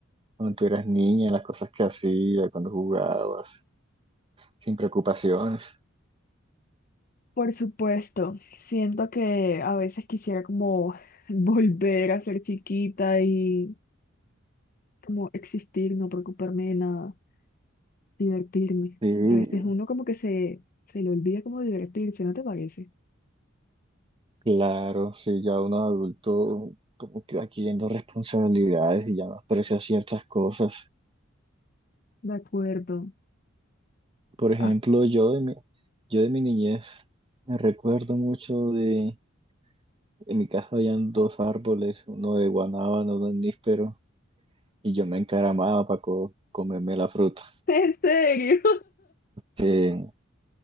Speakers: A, on the right; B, on the left.
A: cuando tú eras niña, las cosas que hacías, cuando jugabas, sin preocupaciones.
B: Por supuesto, siento que a veces quisiera como <laughs> volver a ser chiquita y como existir, no preocuparme de nada, divertirme.
A: Sí,
B: A veces uno como que se, se le olvida como divertirse, ¿no te parece?
A: claro, sí, ya uno adulto como que va adquiriendo responsabilidades y ya no aprecia ciertas cosas.
B: De acuerdo.
A: Por ejemplo,
B: Ah,
A: yo de mi, yo de mi niñez me recuerdo mucho de En mi casa habían dos árboles, uno de guanábano, uno de níspero, y yo me encaramaba para comerme la fruta.
B: <laughs> ¿En serio?
A: Eh,